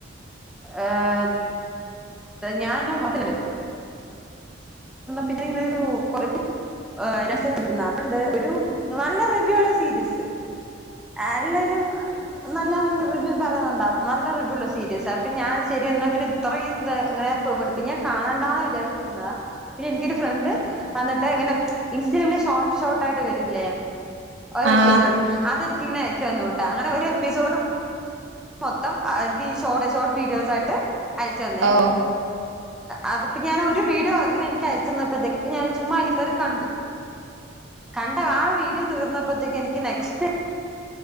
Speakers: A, in the centre; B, on the right (about 75°).
A: ഏഹ് ഞാന് <unintelligible> പിന്നെ ഇങ്ങനെരു കൊറേ പേ രസണ്ട് <unintelligible> ഒരു നല്ല റിവ്യൂ ഉള്ള സീരിയസ് എല്ലാരും നല്ല നല്ല റിവ്യൂ പറയുന്നുണ്ടാവും നല്ല റിവ്യൂള്ള സീരിയസ് അപ്പം ഞാൻ ശരി എന്നാ പിന്നെ ഇത്രയും ത് അങ്ങനെ പോകുണ്ട് പിന്നെ ഞാൻ കാണാണ്ടാന്ന് വിചാരിച്ചിട്ടിരുന്നതാ പിന്നെ എനിക്കൊരു ഫ്രണ്ട് വന്നിട്ട് ഇങ്ങനെ ഇൻസ്റ്റേൽ ഷോർട്ട് ഷോർട്ടായിട്ട് വെ ര്ലേ ഒരെപ്പിസോട്
B: ആ ആ
A: അതെൻക്ക് ഇങ്ങനെ അയച്ചു തന്നുട്ടോ അങ്ങനെ ഒരെപ്പിസോട് മൊത്തം എനിക്ക് ഷോർട്ട് ഷോർട്ട് വീഡിയോസായിട്ട് അയച്ചു തന്നേ
B: ഓ
A: അത്പ്പോ ഞാൻ ഒരു വീഡിയോ അങ്ങനെ എനിക്ക് അയച്ച് തന്നപ്പോഴത്തേക്ക് ഞാൻ ചുമ്മാ അതിൽക്കേറി കണ്ടു കണ്ട ആ വീഡിയോ തീർന്നപ്പോത്തേക്ക് എനിക്ക് നെക്സ്റ്റ്